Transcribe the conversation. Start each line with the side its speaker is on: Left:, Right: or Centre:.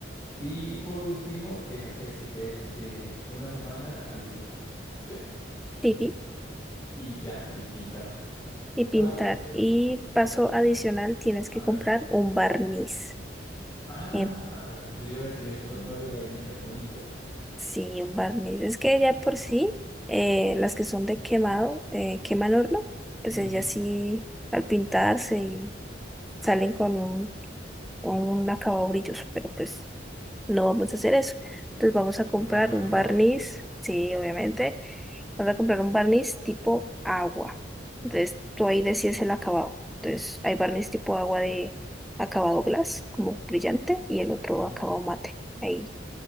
Left: Y por último, dejar que se quede de una semana a diez días. ¿Sí?
Centre: tipi.
Left: Y ya, y pintar.
Centre: Y pintar.
Left: Pero, pero,
Centre: Y
Left: una pregunta.
Centre: paso adicional, tienes
Left: A
Centre: que
Left: ver.
Centre: comprar un barniz.
Left: Ah,
Centre: Eh,
Left: yo iba a decir eso, ¿no, no debería brillar bonito?
Centre: Sí, un barniz. Es que ya por sí, eh, las que son de quemado, eh, queman horno, pues
Left: Ujú,
Centre: ellas sí al pintarse y salen con un, con un acabado brilloso, pero pues no vamos a hacer eso. Entonces
Left: sí,
Centre: vamos a comprar
Left: porque no tenemos
Centre: un
Left: horno.
Centre: barniz, sí, obviamente. Vamos a comprar un barniz tipo agua. Entonces tú ahí decides el acabado. Entonces hay barniz tipo agua de acabado glass, como brillante, y el otro
Left: Ujú,
Centre: acabado mate. Ahí